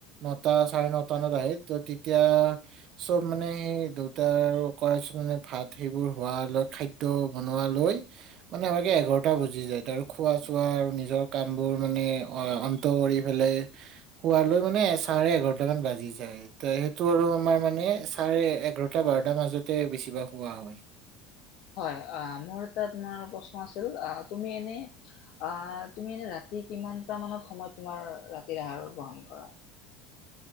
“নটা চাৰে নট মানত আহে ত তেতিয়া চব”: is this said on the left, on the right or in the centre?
Right